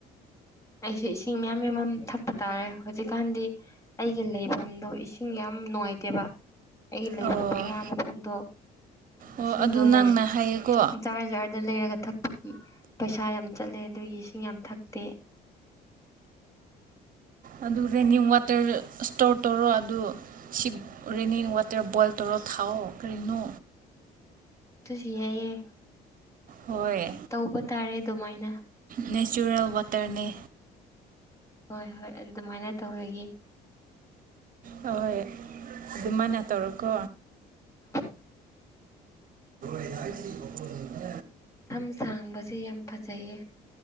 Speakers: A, on the left; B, on the right.
A: ꯑꯩꯁꯨ ꯏꯁꯤꯡ ꯃꯌꯥꯝ ꯃꯌꯥꯝ ꯊꯛꯄ ꯇꯥꯔꯦ ꯍꯧꯖꯤꯛꯀꯥꯟꯗꯤ ꯑꯩꯒꯤ ꯂꯩꯐꯝꯗꯣ ꯏꯁꯤꯡ ꯌꯥꯝ ꯅꯨꯡꯉꯥꯏꯇꯦꯕ ꯑꯩ ꯂꯩꯕ
B: ꯑꯣ
A: ꯕꯔꯥ ꯃꯐꯝꯗꯣ
B: ꯑꯣ
A: ꯏꯁꯤꯡꯗꯣ
B: ꯑꯗꯨ ꯅꯪꯅ
A: ꯌꯥꯝ
B: ꯍꯥꯏꯌꯦꯀꯣ
A: ꯖꯥꯔ ꯖꯥꯔꯗ ꯂꯩꯔꯒ ꯊꯛ ꯑꯩꯣꯏꯒꯤ ꯄꯩꯁꯥ ꯌꯥꯝ ꯆꯠꯂꯦ ꯑꯗꯨꯒꯤ ꯏꯁꯤꯡ ꯌꯥꯝ ꯊꯛꯇꯦ
B: ꯑꯗꯨ ꯔꯦꯅꯤꯡ ꯋꯥꯇꯔ ꯏꯁꯇꯣꯔ ꯇꯧꯔꯣ ꯑꯗꯨ ꯁꯤ ꯔꯦꯅꯤ ꯋꯥꯇꯔ ꯕꯣꯏꯜ ꯇꯧꯔꯣ ꯊꯥꯎꯑꯣ ꯀꯔꯤꯅꯣ
A: ꯁꯤ ꯌꯥꯏꯌꯦ
B: ꯍꯣꯏ
A: ꯇꯧꯕ ꯇꯥꯔꯦ ꯑꯗꯨꯃꯥꯏꯅ
B: ꯅꯦꯆꯔꯦꯜ ꯋꯥꯇꯔꯅꯦ
A: ꯍꯣꯏ ꯍꯣꯏ ꯑꯗꯨꯃꯥꯏꯅ ꯇꯧꯔꯒꯦ
B: ꯍꯍꯣꯏ ꯑꯗꯨꯃꯅ ꯇꯧꯔꯣꯀꯣ
A: <unintelligible> ꯑꯩꯗꯤ
B: <unintelligible>
A: <unintelligible> ꯁꯝ ꯁꯥꯡꯕꯁꯦ ꯌꯥꯝ ꯐꯖꯩꯌꯦ